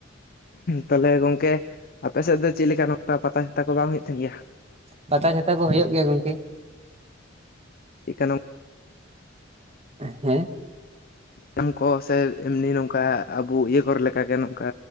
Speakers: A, on the left (about 50°); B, on the right (about 30°).
A: ᱛᱚᱞᱮ ᱜᱚᱝᱠᱮ, ᱟᱯᱮ ᱥᱮᱫ ᱫᱚ ᱪᱮᱫᱞᱮᱠᱟ ᱱᱚᱝᱠᱟ ᱯᱟᱛᱟ ᱪᱷᱟᱛᱟ ᱠᱚ ᱵᱟᱝ ᱦᱩᱭᱩᱜ ᱛᱟᱦᱮᱱ ᱜᱮᱭᱟ᱾
B: ᱯᱟᱛᱟ-ᱪᱷᱟᱛᱟ ᱠᱚ ᱦᱩᱭᱩᱜ ᱜᱮᱭ-ᱟ᱾ ᱜᱳᱝᱠᱮ
A: ᱪᱮᱫᱠᱟᱱᱟ
B: ᱦᱮᱸ
A: ᱮᱢ ᱠᱚ, ᱥᱮ ᱮᱢᱱᱤ ᱱᱚᱝᱠᱟ ᱟᱵᱚ ᱤᱭᱟᱹ ᱠᱚᱨᱮ ᱞᱮᱠᱟᱜᱮ ᱱᱚᱝᱠᱟ᱾